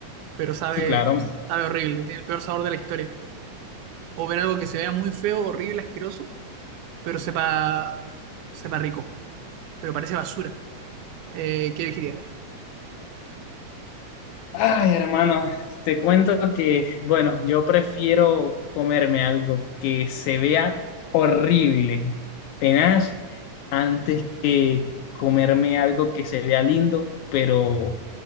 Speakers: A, on the right; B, on the left.
A: pero sabe,
B: sí, claro.
A: sabe horrible, tiene el peor sabor de la historia. O ver algo que se vea muy feo, horrible, asqueroso, pero sepa, sepa rico, pero parece basura. Eh, ¿qué elegiría?
B: Ay, hermano, te cuento que, bueno, yo prefiero comerme algo que se vea horrible, tenaz, antes que comerme algo que se vea lindo, pero